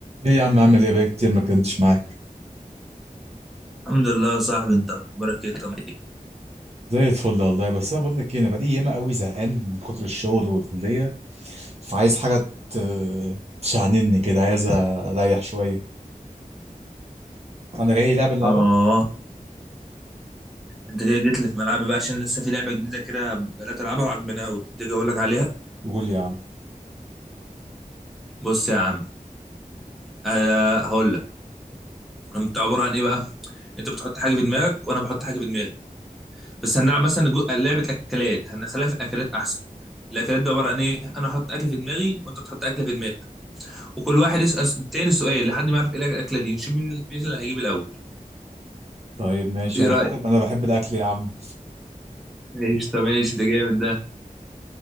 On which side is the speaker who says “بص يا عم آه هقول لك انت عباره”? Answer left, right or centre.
Centre